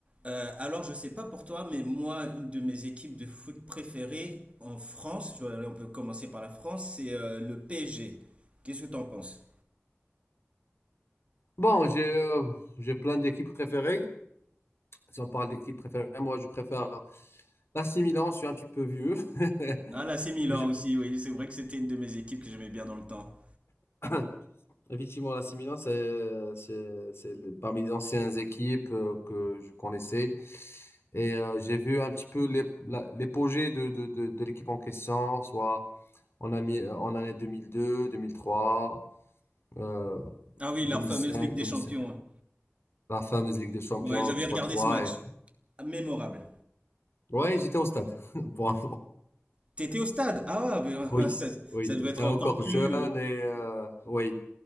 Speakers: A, on the right; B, on the left.
A: Euh, alors, je sais pas pour toi, mais moi, une de mes équipes de foot préférées en France, je vais aller- on peut commencer par la France, c'est euh, le PSG. Qu'est-ce que t'en penses?
B: Bon, j'ai euh, j'ai plein d'équipes préférées. Si on parle d'équipes préférées, moi je préfère l'AC Milan, je suis un petit peu vieux. <laughs>
A: Ah là, c'est Milan
B: Mais je préfère
A: aussi, oui, c'est vrai que c'était une de mes équipes que j'aimais bien dans le temps.
B: <coughs> <clears throat> effectivement l'AC Milan, c'est c'est- c'est le- parmi les anciennes équipes euh, que je connaissais. Et euh, j'ai vu un petit peu l'ép- la- l'épogée de, de, de, de l'équipe en question, soit en, ami- euh, en année 2002, 2003, euh,
A: Ah oui,
B: 2005,
A: leur fameuse Ligue des
B: 2005,
A: Champions.
B: la fameuse Ligue des Champions
A: Ouais, j'avais
B: 3-3.
A: regardé ce match.
B: Et...
A: Ah, Mémorable.
B: Ouais, j'étais au stade <laughs> pour,
A: T'étais au stade? Ah, mais,
B: Oui,
A: <laughs> ça,
B: oui,
A: ça devait
B: j'étais
A: être
B: encore
A: encore plus...
B: jeune
A: euh,
B: et euh, oui,